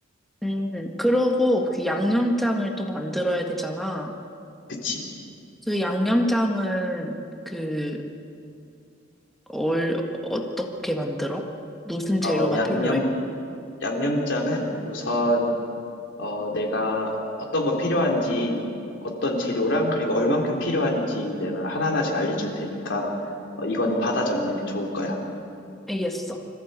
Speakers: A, in the centre; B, on the left.
A: 음, 그러고 그 양념장을 또 만들어야 되잖아.
B: 그치?
A: 그 양념장은 그, 얼, 어떻게 만들어? 무슨 재료가
B: 어, 양념,
A: 필요해?
B: 양념장은 우선 어, 내가 어떤 거 필요한지 어떤 재료랑 그리고 얼만큼 필요한지 내가 하나하나씩 알려줄 테니까 어, 이거는 받아 적는 게 좋을 거야.
A: 알겠어.